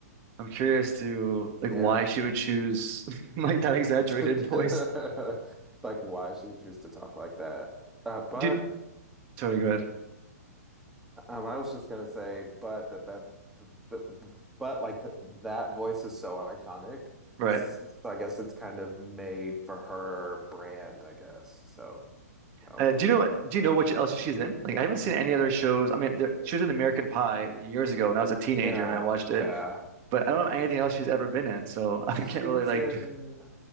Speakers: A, on the right; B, in the centre.
A: I'm curious to like
B: Yeah.
A: why she would choose <laughs> like that exaggerated
B: <laughs>
A: voice.
B: Like why she would choose to talk like that. Uh, but
A: Do you, sorry, go ahead.
B: um, I was just gonna say, but that that, th- th- but like th that voice is so iconic.
A: Right.
B: S- s- So I guess it's kind of made for her brand, I guess. So I don't
A: Uh, do
B: know.
A: you know do you know what else she's in? Like I haven't seen any other shows. I mean, there, she was in American Pie years ago when I was a teenager
B: Yeah,
A: and I watched
B: yeah.
A: it. but I don't know anything else she's ever been in, so <laughs> I
B: She
A: can't really
B: was
A: like.
B: in,
A: <laughs>
B: I